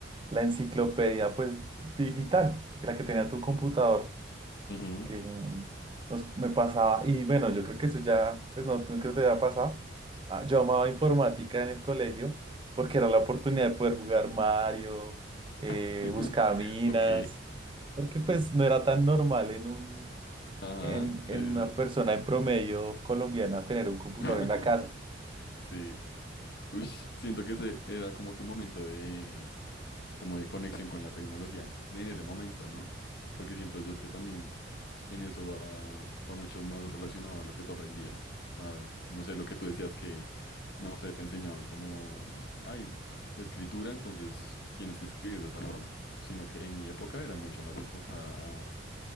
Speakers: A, on the right; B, on the left.
A: la enciclopedia pues digital, la que tenía tu computador.
B: Ujú.
A: que mm, nos, me pasaba, y bueno, yo creo que eso ya, pues no, tú creo que te haya pasado. Ah, yo amaba informática en el colegio porque era la oportunidad de poder jugar Mario, eh,
B: <laughs>
A: buscaminas,
B: Ok,
A: porque pues no era tan normal en un,
B: ajá,
A: en,
B: sí,
A: en
B: sí,
A: una
B: sí.
A: persona en promedio colombiana tener un computador
B: <laughs>
A: en la casa.
B: Sí, Ush, siento que ese era como tu momento de, como de conexión con la tecnología en ese momento, ¿no? Porque siento yo que también en eso va, va mucho más relacionado a lo que tú aprendías. a, no sé, lo que tú decías que, no sé, te enseñaban como, ay, escritura, entonces tienes que escribir de esa forma, sino que en mi época era mucho más enfocada a,